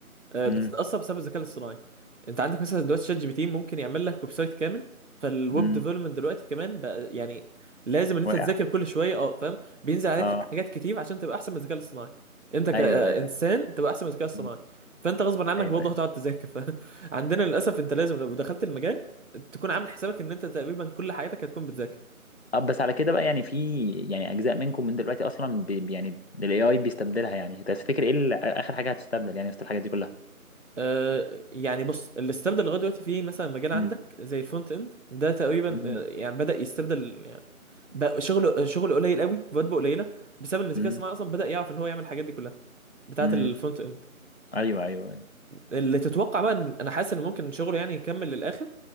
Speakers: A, on the right; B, on the left.
A: آه،
B: امم
A: بتتأثر بسبب الذكاء الاصطناعي أنت عندك مثلا دلوقتي شات جي بي تي ممكن يعمل لك ويب سايت كامل فالويب
B: امم
A: ديفلوبمنت دلوقتي كمان بقى يعني لازم إن أنت
B: واقع
A: تذاكر كل شوية أه فاهم بينزل عليك
B: اه
A: حاجات كتير عشان تبقى أحسن من الذكاء الاصطناعي أنت كإنسان
B: ايوه ايوه
A: تبقى أحسن من الذكاء الاصطناعي
B: امم.
A: فأنت غصبا عنك
B: ايوه
A: برضه
B: ايوه
A: هتقعد تذاكر فعندنا <laughs> للأسف أنت لازم لو دخلت المجال تكون عامل حسابك إن أنت تقريبا كل حياتك هتكون بتذاكر
B: طب بس على كده بقى يعني في يعني اجزاء منكم من دلوقتي اصلا بي بي- يعني الاي اي بيستبدلها يعني تفتكر ايه ال- اخر حاجه هتستبدل يعني وسط الحاجات دي كلها
A: آه، يعني بص اللي استبدل لغايه دلوقتي فيه مثلا مجال
B: مم.
A: عندك زي الفرونت اند ده تقريبا
B: مم.
A: آه، يعني بدأ يستبدل يعني بقى شغله شغله قليل قوي فواتبه قليله بسبب ان الذكاء
B: امم
A: الصناعي اصلا بدأ يعرف ان هو يعمل الحاجات دي كلها بتاعه
B: امم
A: الفرونت اند
B: ايوه ايوه ايوه
A: اللي تتوقع بقى ان انا حاسس ان ممكن شغله يعني يكمل للاخر